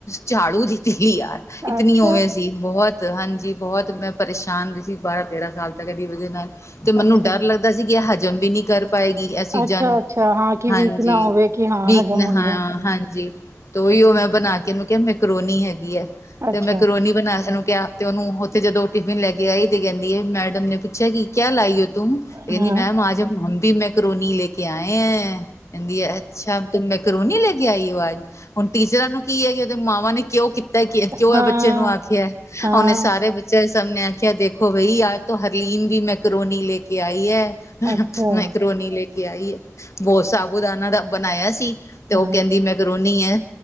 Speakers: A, on the left; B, on the right.
A: ਝਾੜੂ ਦਿੱਤੀ ਦੀ ਤ- ਲੀ ਯਾਰ ਇਤਨੀ
B: ਅੱਛਾ,
A: ਉਵੇ ਸੀ ਬਹੁਤ, ਹਾਂਜੀ ਬਹੁਤ ਮੈ ਪਰੇਸ਼ਾਨ ਰਈ ਸੀ ਬਾਰ੍ਹਾਂ- ਤੇਰ੍ਹਾਂ ਸਾਲ ਤੱਕ ਇਹਦੀ ਵਜਹ ਨਾਲ। ਤੇ ਮੈਨੂੰ
B: ਅੱਛਾ,
A: ਡਰ ਲੱਗਦਾ ਸੀ ਕਿ ਇਹ ਹਜਮ ਵੀ ਨੀ ਕਰ ਪਾਏਗੀ ਇਹ ਚੀਜਾ
B: ਅੱਛਾ-ਅੱਛਾ,
A: ਨੂੰ,
B: ਹਾਂ ਕਿ
A: ਹਾਂਜੀ
B: ਵੀਕ ਨਾ ਹੋਵੇ ਕਿ ਹਾਂ
A: ਵੀਕ
B: ਹਜ਼ਮ
A: ਨ
B: ਹੋ
A: ਹਾ
B: ਜਾਏ, ਹੂੰ,
A: ਹਾਂਜੀ । ਤੇ ਉਹੀਓ
B: ਅੱਛਾ,
A: ਮੈ ਬਣਾ ਕੇ ਕਿਆ ਮੈਕਰੋਨੀ ਹੈਗੀ ਐ
B: ਅੱਛਾ,
A: ਤੇ ਮੈਕਰਰੋਨੀ ਬਣਾ ਇਹਨੂੰ ਕਿਹਾ ਤੇ ਓਹਨੂੰ ਉੱਥੇ ਜਦੋ ਟਿਫਿਨ ਲੈ ਕੇ ਆਈ ਤੇ - ਕਹਿੰਦੀ ਐ ਮੈਡਮ ਨੇ ਪੁੱਛਿਆ ਕਿ ਕਿਆ ਲਾਈ ਓ ਤੁਮ? ਕਹਿੰਦੀ
B: ਹਾਂ,
A: ਮੈਮ ਆਜ ਹਮ ਵੀ ਮੈਕਰੋਨੀ ਲੇਕੇ ਕੇ ਆਏ ਐ, ਕਹਿੰਦੀ ਅੱਛਾ ਤੁਮ ਮੈਕਰੋਨੀ ਲੇਕੇ ਆਈ ਓ ਆਜ। ਹੁਣ ਟੀਚਰਾ ਨੂੰ ਕੀ ਐ ਅਈਓ ਉਹਦੇ ਮਾਵਾਂ ਨੇ ਕਿਉ ਕੀਤਾ? ਪਤਾ ਕਿ ਕਿਉ
B: ਹਾਂ,
A: ਐ ਬੱਚੇ ਨੂੰ ਆਖਿਆ?
B: ਹਾਂ,
A: ਉਹਨੇ ਸਾਰੇ ਬੱਚੇਆ ਸਭ ਨੇ ਆਖਿਆ ਦੇਖੋ ਭਈ, ਆਜ ਤੋ ਹਰਲੀਨ ਵੀ ਮੈਕਰੋਨੀ ਲੇਕੇ ਆਈ ਐ।
B: ਅੱਛਾ,
A: ਮੈਕਰੋਨੀ ਲੇਕੇ ਆਈ, ਵੋਹ ਸਾਬੂਦਾਨਾ ਦਾ ਬਣਾਇਆ ਸੀ । ਤੇ
B: ਹਾਂ,
A: ਉਹ ਕਹਿੰਦੀ ਮੈਕਰੋਨੀ ਐ।